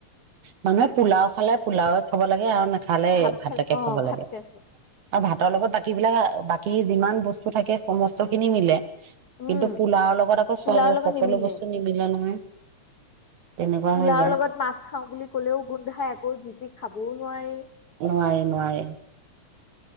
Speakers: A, on the right (about 65°); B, on the left (about 60°).
A: মানুহে পোলাও খালে পোলাওয়ে খাব লাগে আৰু না খালে
B: ভাত
A: ভাতকে
B: খাই অ
A: খাব
B: ভাত
A: লাগে
B: খাইছো।
A: আৰু ভাতৰ লগত বাকী বিলাক বাকী যিমান বস্তু থাকে সমস্ত খিনি মিলে
B: উম
A: কিন্তু পোলাওৰ লগত আকৌ
B: পোলাওৰ
A: চব
B: লগত
A: সকলো
B: নিমিলে
A: বস্তু নিমিলে নহয় তেনেকুৱা
B: পোলাওৰ
A: হৈ যায়
B: লগত মাছ খাও বুলি ক'লেও গোন্ধাই আকৌ জিতি খাব বোৰ নোৱাৰি
A: নোৱাৰে নোৱাৰে